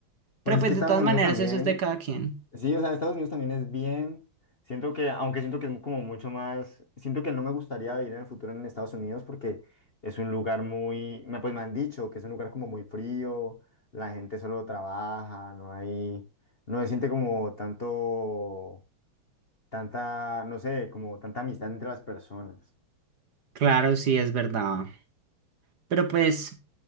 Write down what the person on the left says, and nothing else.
Pues
es
que
Estados
Unidos
también.
Sí, o sea, Estados Unidos también es bien. Siento que, aunque siento que es como mucho más, siento que no me gustaría vivir en el futuro en Estados Unidos porque es un lugar muy, me- pues me han dicho que es un lugar como muy frío, la gente solo trabaja, no hay, no se siente como tanto, tanta, no sé, como tanta amistad entre las personas.